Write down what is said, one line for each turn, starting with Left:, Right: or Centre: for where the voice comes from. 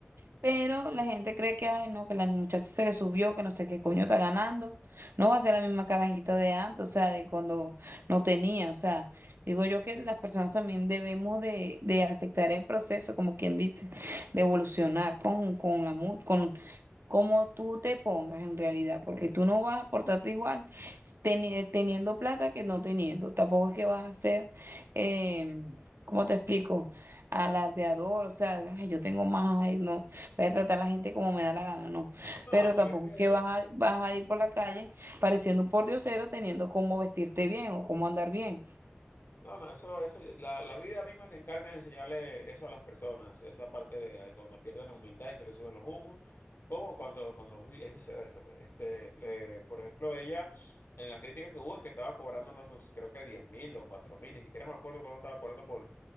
Right: pero la gente cree que, ay, no, que la muchacha se le subió, que no sé qué coño está ganando, no va a ser la misma carajita de antes, o sea, de cuando no tenía, o sea, digo yo que las personas también debemos de, de aceptar el proceso, como quien dice, de evolucionar con, con la... mu- con como tú te pongas en realidad, porque tú no vas a portarte igual teni- eh, teniendo plata que no teniendo. Tampoco es que vas a ser, eh, ¿cómo te explico? Alardeador, o sea, "Ay, yo tengo más, ay, no, voy a tratar a la gente como me da la gana, no.
Left: No,
Right: Pero
Left: pero
Right: tampoco
Left: es que...
Right: es que vas a, vas a ir por la calle pareciendo un pordiosero teniendo cómo vestirte bien o cómo andar bien.
Left: No, no, eso, eso, la, la vida misma se encarga de enseñarle eso a las personas, esa parte de la- cuando pierden la humildad y se le suben los humos, como cuando, cuando vi- es viceversa, pues, este, le- por ejemplo, ella, en la crítica que hubo es que estaba cobrándonos, creo que diez mil o cuatro mil, ni siquiera me acuerdo cuándo estaba cobrando por,